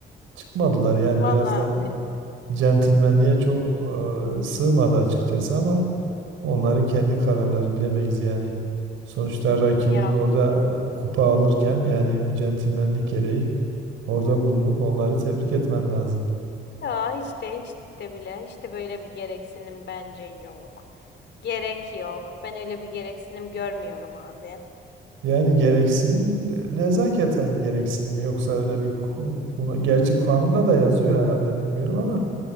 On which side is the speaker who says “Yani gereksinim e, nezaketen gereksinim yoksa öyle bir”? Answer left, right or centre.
Right